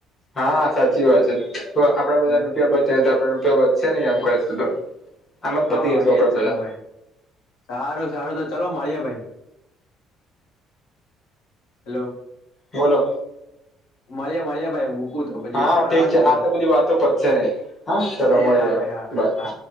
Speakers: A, on the left (about 25°); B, on the left (about 75°).
A: હા સાચી વાત છે તો આપડે બધા
B: હમ
A: રૂપિયા બચે તો આપડે રૂપિયા બ ચશે નઈ આમ કરે તો આમ જ પતી
B: હા
A: <unintelligible> આપડે
B: એજ છે
A: તો
B: ને ભાઈ સારું સારું તો ચાલો મળીએ ભાઈ હેલો
A: બોલો
B: મળએે મળીએ ભાઈ <unintelligible> કુ તો પછી
A: હા
B: એક ફોન
A: ઠીક
B: આવે છે ને અમણા
A: આ તો બધી વાતો પતશે નહી હા ચલો
B: એ
A: મળીએ
B: હા ભાઈ હા
A: બાય
B: હા